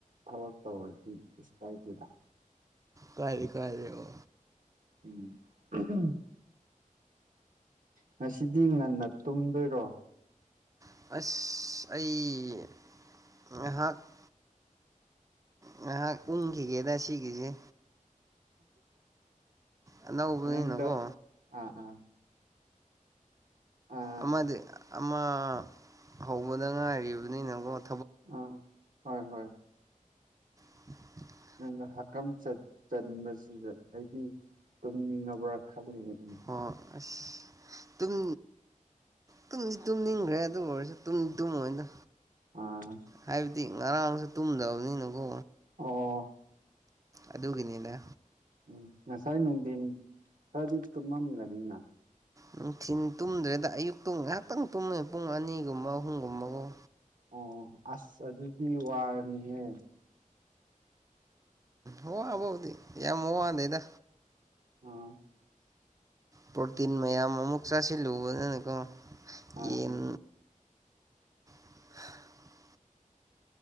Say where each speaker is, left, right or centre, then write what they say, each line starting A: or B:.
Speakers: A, on the right; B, on the right.
A: ꯊꯕꯛ ꯇꯧꯔꯗꯤ ꯀꯩꯁꯨ ꯀꯥꯏꯗꯦꯗ
B: ꯀꯥꯏꯔꯤ ꯀꯥꯏꯔꯤ ꯑ‌ꯣ
A: ꯎꯝ ꯉꯁꯤꯗꯤ ꯉꯟꯅ ꯇꯨꯝꯗꯣꯏꯔꯣ
B: ꯑꯁ ꯑꯩ ꯉꯥꯏꯍꯥꯛ ꯉꯥꯏꯍꯥꯛ ꯎꯪꯒꯤꯒꯦꯗ ꯁꯤꯒꯤꯖ‌ꯦ ꯑꯅꯧꯕꯅꯤꯅꯀꯣ
A: ꯅꯪꯗ‌ꯣ ꯑꯥ ꯑꯥ ꯑꯥ
B: ꯑꯃꯥꯗꯤ ꯑꯃꯥ ꯍꯧꯕꯗ ꯉꯥꯏꯔꯤꯕꯅꯤꯅꯒ‌ꯣꯟ
A: ꯎꯝ ꯍꯣꯏ ꯍꯣꯏ
B: <unintelligible>
A: ꯑꯩꯅ ꯍꯛꯀꯥꯝ ꯆꯟ ꯆꯟꯕꯁꯤꯗ ꯑꯩꯗꯤ ꯇꯨꯝꯅꯤꯡꯉꯕ꯭ꯔꯥ ꯈꯜ <unintelligible>
B: ꯑꯣ ꯑꯁ ꯇꯨꯝ ꯇꯨꯝꯗꯤ ꯇꯨꯝꯅꯤꯡꯒ꯭ꯔꯦ ꯑꯗꯨ ꯑꯣꯏꯔꯖꯨ ꯇꯨꯝ ꯇꯨꯝꯣꯏꯗ
A: ꯑꯥꯁ
B: ꯍꯥꯏꯕꯗꯤ ꯉꯔꯥꯡꯖꯨ ꯇꯨꯝꯗꯕꯅꯤꯅꯀꯣ
A: ꯑꯣ
B: ꯑꯗꯨꯒꯤꯅꯤꯗꯥ
A: ꯎꯝ ꯉꯁꯥꯏ ꯅꯨꯡꯗꯤꯟ ꯈꯔꯗꯤ ꯇꯨꯃꯝꯒꯅꯤꯅ
B: ꯅꯨꯡꯊꯤꯟ ꯇꯨꯝꯗ꯭ꯔꯦꯗ ꯑꯌꯨꯛꯇ‌ꯣ ꯉꯥꯏꯍꯥꯛꯇꯪ ꯇꯨꯝꯃꯦ ꯄꯨꯡ ꯑꯅꯤꯒꯨꯝꯕ ꯑꯍꯨꯝꯒꯨꯝꯕ ꯒ‌ꯣ
A: ꯑꯣ ꯑꯁ ꯑꯗꯨꯗꯤ ꯋꯥꯔꯅꯤꯍꯦ
B: ꯎꯝ ꯋꯥꯕꯕꯨꯗꯤ ꯌꯥꯝ ꯋꯥꯗ‌ꯦꯗꯥ
A: ꯎꯝ ꯍꯨꯝ
B: ꯄ꯭ꯔꯣꯇꯤꯟ ꯃꯌꯥꯝ ꯑꯃꯨꯛ ꯆꯥꯁꯤꯜꯂꯨꯕꯅ ꯀꯣ
A: ꯑꯥ
B: ꯌꯦꯟ
A: ꯑꯥ
B: <inaudible>